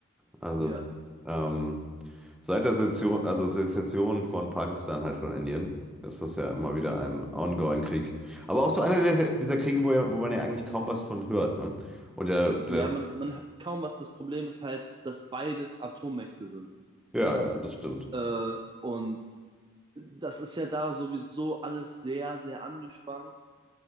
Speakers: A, in the centre; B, on the right.
A: Also
B: ja,
A: es, ähm, seit der Sezession, also Sezession von Pakistan halt von Indien ist das ja immer wieder ein ongoing Krieg. Aber auch so einer dieser,
B: ja.
A: dieser Kriege, wo, ja, wo man ja eigentlich kaum was von hört. Ne? Und der, der,
B: Ja, man, man hört kaum was. Das Problem ist halt, dass beides Atommächte sind.
A: ja, ja, das stimmt.
B: Äh, und das ist ja da sowieso alles sehr, sehr angespannt.